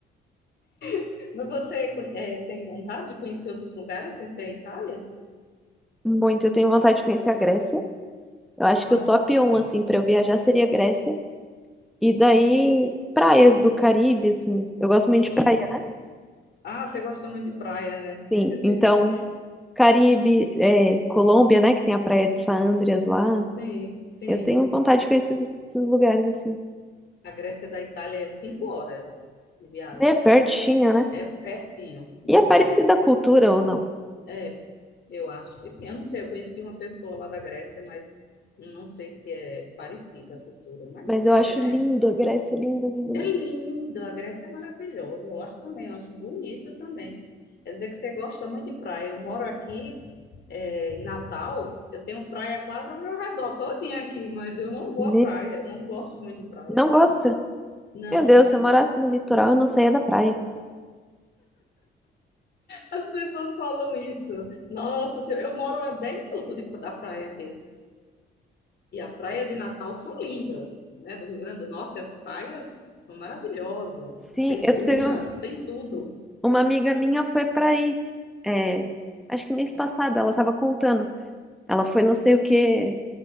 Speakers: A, on the left; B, in the centre.
A: <laughs> Mas você é, tem vontade de conhecer outros lugares sem ser a Itália?
B: Muito, eu tenho vontade de conhecer a Grécia. Eu acho
A: Nossa,
B: que o top um, assim, pra eu viajar seria a Grécia. E daí, praias do Caribe, assim. Eu gosto muito
A: sim.
B: de praia, né?
A: Ah, você gosta muito de praia, né?
B: Sim.
A: <laughs>
B: Então. Caribe, é, Colômbia, né? Que tem a Praia de San Andreas lá.
A: Sim, sim.
B: Eu tenho vontade de conhecer esses, esses lugares assim.
A: A Grécia da Itália é cinco horas de viagem.
B: É pertinho, né?
A: É pertinho, muito
B: E é parecida
A: perto.
B: a cultura ou não?
A: É, eu acho que sim. Eu não sei, eu conheci uma pessoa lá da Grécia, mas não sei se é parecida a cultura, mas
B: Mas
A: deve
B: eu
A: ser,
B: acho
A: né?
B: lindo a Grécia, lindo, lindo,
A: É lindo, a Grécia é maravilhosa. Eu acho também, eu acho bonito também. Quer dizer que você gosta muito de praia. Eu moro aqui, é, em Natal, eu tenho praia quase ao meu redor, todinha aqui, mas eu não vou
B: lindo.
A: à praia,
B: Né?
A: eu não gosto muito de praia.
B: Não gosta?
A: Não.
B: Meu Deus, se eu morasse no litoral, eu não saía da praia.
A: As pessoas falam isso. Nossa, se- eu moro a 10 minutos de- da praia aqui. E a praia de Natal são lindas, né? Do Rio Grande do Norte, as praias são maravilhosas.
B: Sim,
A: Tem
B: eu
A: dunas,
B: tive um-
A: tem tudo.
B: uma amiga minha foi pra aí. É, acho que mês passado ela tava contando. Ela foi não sei o que